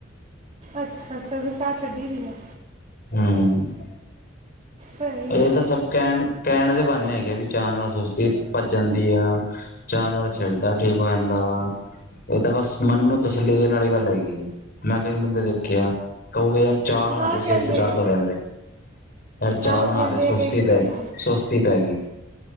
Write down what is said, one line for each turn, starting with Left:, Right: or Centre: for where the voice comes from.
Right: ਅੱਛਾ- ਅੱਛਾ ਤੁਸੀ ਚਾਅ ਛੱਡੀ ਪੀ ਐ।
Left: ਹਂ
Right: ਸਹੀ ਹੈ
Left: ਏ ਤਾਂ ਸਬ ਕੇਣ- ਕੇਣ ਦੇ ਬਾਨੇ ਹੈਗੇ ਆ ਵੀ ਚਾਅ ਨਾਲ ਸੁਸਤੀ ਭੱਜ ਜਾਂਦੀ ਆ। ਚਾਅ, ਨਾਲ ਸਿਰ ਦਰਦ ਠੀਕ ਹੋ ਜਾਂਦਾ ਵਾ ਏ ਤਾਂ ਬਸ ਮਨ ਨੂੰ ਤਸੱਲੀ ਦੇਣ ਆਲੀ ਗੱਲ ਹੈਗੀ ਆ। ਮੈਂ ਕਈ ਬੰਦੇ ਦੇਖੇ ਆ, ਕਓਗੇ ਯਾਰ ਚਾਹ ਬਣਾ
Right: ਹਾਂ
Left: ਦੇ
Right: ਕਹਿੰਦੇ
Left: ਸਿਰ 'ਚ ਦਰਦ
Right: ਆ
Left: ਹੋ ਰੇਆ ਮੇਰੇ। ਯਾਰ ਚਾਹ
Right: ਆਹੋ
Left: ਬਣਾ
Right: ਕੈਂਦੇ
Left: ਦੇ ਸੁਸਤੀ
Right: ਆ ਕਈ ਲੋਕੀ
Left: ਪੈ ਸੁਸਤੀ ਪੈ ਗਈ